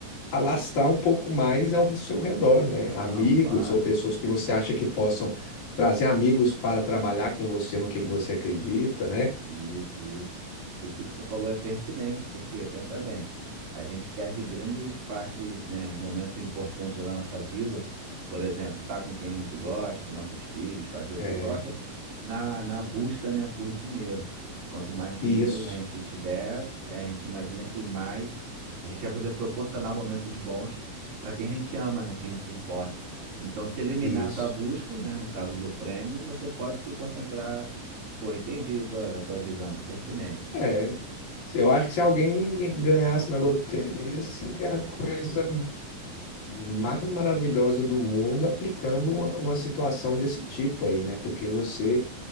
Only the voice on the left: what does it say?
alastrar um pouco mais ao seu redor, né? Amigos
ou pessoas que você acha que possam trazer amigos para trabalhar com você no que você acredita, né?
É,
isso,
isso.
É. Se- Eu acho que se alguém ganhasse na loteria, seria a coisa mais maravilhosa do mundo aplicando uma, uma situação desse tipo aí, né? Porque você